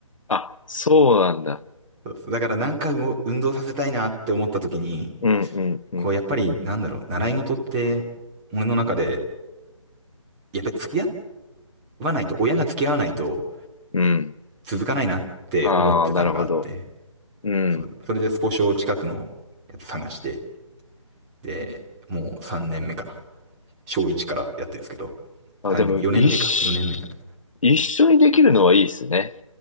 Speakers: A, on the left; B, on the right.
A: あ、そうなんだ。
B: そうですだから、なんかう運動させたいなって思った時に、
A: うんうんうん。
B: こう、やっぱり、なんだろう、習い事って、俺の中で、やっぱり付き合わないと、親が付き合わないと、
A: うん。
B: 続かないなって思ってたのがあって、
A: ああ、なるほど。うん。
B: そ、それでスポ少近くのやつ探して、で、もう3年目かな。小1からやってるんですけど、
A: あ、
B: 3年目、
A: でも、
B: 4年目か、
A: 一緒、
B: 4年目になる。
A: 一緒にできるのはいいですね。